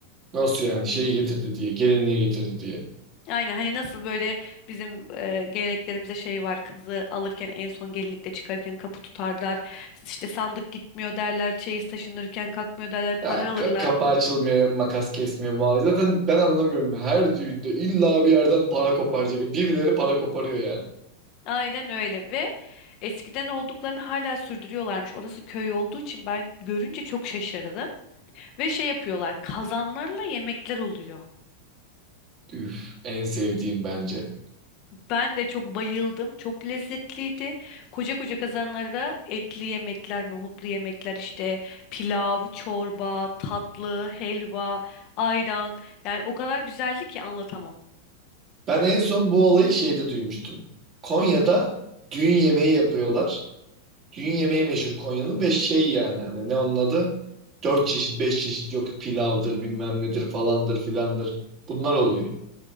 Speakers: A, on the right (about 30°); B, on the left (about 40°).
A: Nasıl yani? Şeyi getirdi diye, gelinliği getirdi diye.
B: Yani hani nasıl böyle bizim e, geleneklerimize şey var kızı alırken en son gelinlikle çıkarken kapı tutarlar işte sandık gitmiyor derler çeyiz taşınırken kalkmıyor derler para
A: Ya,
B: alırlar
A: ka- kapağı açılmıyor, yok makas kesmiyor muhabbet. Zaten ben anlamıyorum. Her düğünde illa bir yerden para koparacak. Birileri para koparıyor yani.
B: Aynen öyle ve eskiden olduklarını hala sürdürüyorlarmış. Orası köy olduğu için ben görünce çok şaşırdım. Ve şey yapıyorlar, kazanlarla yemekler oluyor.
A: Üf, en sevdiğim bence.
B: Ben de çok bayıldım. Çok lezzetliydi. Koca koca kazanlara etli yemekler, nohutlu yemekler işte pilav, çorba, tatlı, helva, ayran. Yani o kadar güzeldi ki anlatamam.
A: Ben en son bu olayı şeyde duymuştum. Konya'da düğün yemeği yapıyorlar. Düğün yemeği meşhur Konya'nın ve şey yani hani ne onun adı? Dört çeşit, beş çeşit yok pilavdır bilmem nedir falandır filandır. Bunlar oluyor.